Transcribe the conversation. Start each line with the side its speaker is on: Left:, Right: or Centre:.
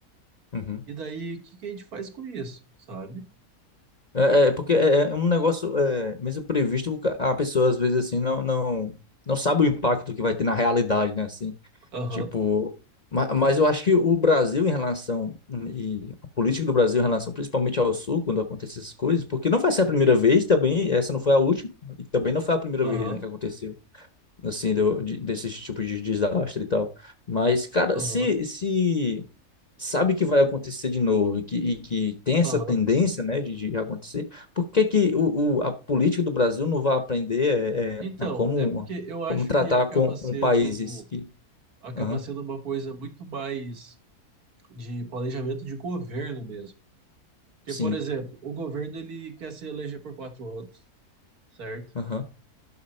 Left: Uhum.
Right: E daí, o que que a gente faz com isso, sabe?
Left: É, é é porque é é um negócio, é, mesmo previsto, o ca- a pessoa às vezes assim não, não, não sabe o impacto que vai ter na realidade, né, assim.
Right: Aham,
Left: Tipo, ma- mas eu acho que o Brasil em relação, e a política do Brasil em relação principalmente ao Sul, quando acontecem essas coisas, porque não vai ser a primeira vez também, essa não foi a última, e também não foi a primeira
Right: aham,
Left: vez, né, que aconteceu, assim, do, de- desse tipo de desastre e tal. Mas, cara,
Right: aham,
Left: se, se sabe que vai acontecer de novo e que, e que tem essa
Right: aham.
Left: tendência, né, de, de acontecer, por que que o, o- a política do Brasil não vai aprender é,
Right: Então,
Left: é, a como,
Right: é porque eu acho
Left: como tratar
Right: que acaba
Left: com, com
Right: sendo,
Left: países que...
Right: acaba
Left: Aham,
Right: sendo uma coisa muito mais de planejamento de governo mesmo. Porque,
Left: sim.
Right: por exemplo, o governo ele quer se eleger por quatro anos, certo?
Left: Aham.